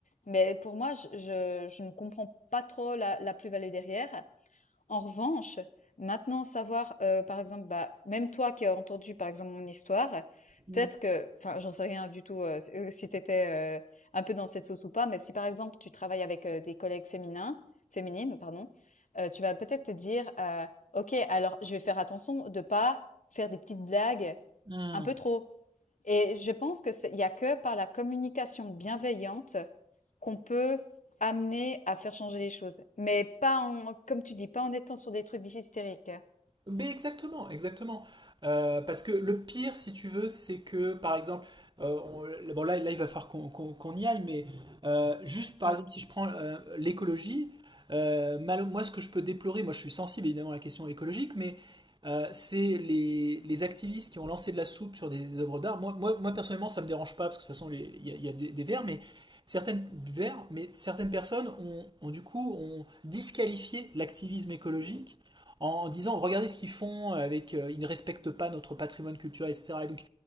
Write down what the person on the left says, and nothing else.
mais pour moi, je je je ne comprends pas trop la la plus-value derrière. En revanche, maintenant savoir, heu, par exemple, bah, même toi qui as entendu, par exemple, mon histoire,
peut-être que enfin, j'en sais rien du tout, heu, s heu, si t'étais étais, un peu dans cette sauce ou pas, mais si par exemple, tu travailles avec, heu, des collègues féminins féminines, pardon, heu, tu vas peut-être te dire, heu: «OK, alors je vais faire attention de pas faire des petites blagues
un peu trop et je pense que c'est il y a que par la communication bienveillante qu'on peut amener à faire changer les choses. Mais pas en, comme tu dis, pas en étant sur des trucs hystériques.
Mm.